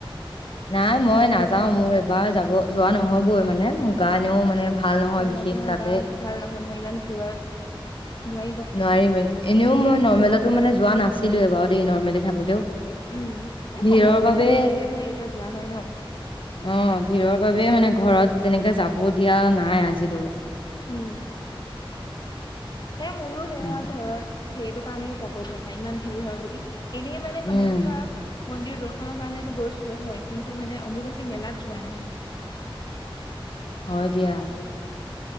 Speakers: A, on the left; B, on the left.
A: নাই মই নাযাও মোৰ এবাৰ যাব যোৱা নহ'বই মানে গা এনেণও মানে ভাল নহয়
B: অ
A: বিশেষ
B: তোমাৰ
A: তাতে
B: গা ভাল নহয় নহয় ইমান ভিৰত নোৱা
A: নোৱাৰিম এনেও মই নৰ্মেলতো মানে যোৱা নাছিলোএ বাৰু দেই নৰ্মেলি থাকো দে
B: উম এই সময়
A: ভিৰৰ
B: সুবিধা
A: বাবে
B: মিলিলেহে এতিয়া যোৱা হয় ন
A: অ ভিৰৰ বাবে মানে ঘৰত তেনেকে যাব দিয়া নাই আজিলৈ
B: উম সে মোৰো সেয়া
A: উম
B: ঘৰত ত সেইটো কাৰণেই যাব দিয়া নাই ইমান ভিৰ হয় বুলি এনেই মানে
A: উম
B: কামাখ্যা মন্দিৰ দৰ্শনৰ কাৰণে গৈছোৱেই হয় কিন্তু মানে অম্বুবাচী মেলাত যোৱা নাই আৰু
A: হয় দিয়া